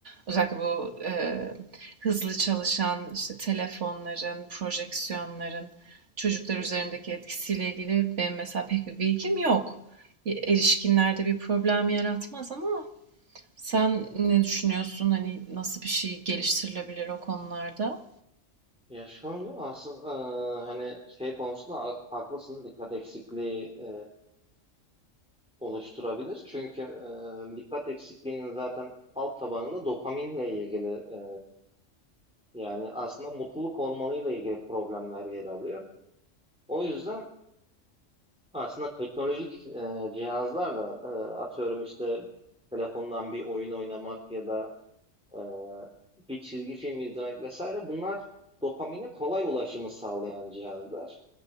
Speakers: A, on the right; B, in the centre.
A: Özellikle bu e, hızlı çalışan işte telefonların, projeksiyonların çocuklar
B: Hı
A: üzerindeki
B: hı.
A: etkisiyle ilgili benim mesela pek bir bilgim yok. E, Erişkinlerde bir problem yaratmaz ama sen ne düşünüyorsun? Hani nasıl bir şey geliştirilebilir o konularda?
B: Ya şöyle aslında e, hani şey konusunda ha- haklısın dikkat eksikliği e, oluşturabilir. Çünkü e, dikkat eksikliğinin zaten alt tabanında dopaminle ilgili e, yani aslında mutluluk hormonuyla ilgili problemler yer alıyor. O yüzden aslında teknolojik e, cihazlarla e, atıyorum işte telefondan bir oyun oynamak ya da e, bir çizgi film izlemek vesaire bunlar dopamine kolay ulaşımı sağlayan cihazlar.